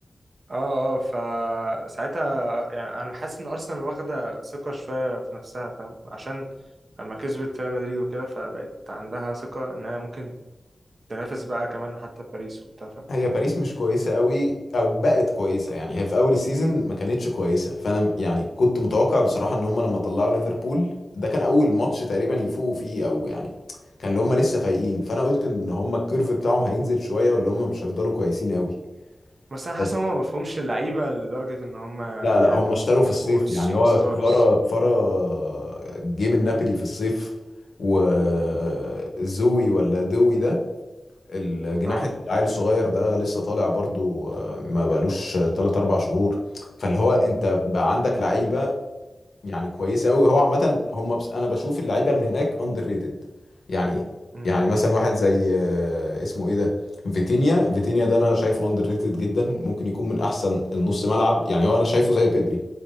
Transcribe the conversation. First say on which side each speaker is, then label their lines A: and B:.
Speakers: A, on the right; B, on the left.
A: اه اه فساعتها يعني انا بحس ان ارسنال واخده ثقه شويه في نفسها فاهم عشان لما كسبت ريال مدريد وكده فبقت عندها ثقه ان هي ممكن تنافس بقى كمان حتى باريس وبتاع فاهم
B: هي باريس مش كويسة قوي او بقت كويسة يعني هي في اول السيزون ما كانتش كويسة فانا م- يعني كنت متوقع بصراحة ان هم لما طلعوا ليفربول ده كان اول ماتش تقريبا يفوقوا فيه او يعني كان اللي هم لسه فايقين فانا قلت ان هم الكيرف بتاعهم هينزل شوية واللي هم مش هيفضلوا كويسين قوي
A: بس انا
B: بس
A: حاسس ان هم مفهومش اللعيبه لدرجه ان هم
B: لا لا
A: يعني
B: هم اشتروا في
A: يبقوا
B: الصيف
A: س-
B: يعني هو
A: ستارز
B: كفارا كفارا جه من نابولي في الصيف وزوي ولا دوي ده الجناح
A: اه
B: العيل الصغير ده لسه طالع برضو آه، ما بقالوش 3 4 شهور فاللي هو انت بقى عندك لعيبه يعني كويسه قوي هو عامه هم بس انا بشوف اللعيبه اللي هناك اندر ريتد يعني
A: امم
B: يعني مثلا واحد زي آه، اسمه ايه ده فيتينيا فيتينيا ده انا شايفه اندر ريتد جدا ممكن يكون من احسن النص ملعب يعني هو انا شايفه زي بيدري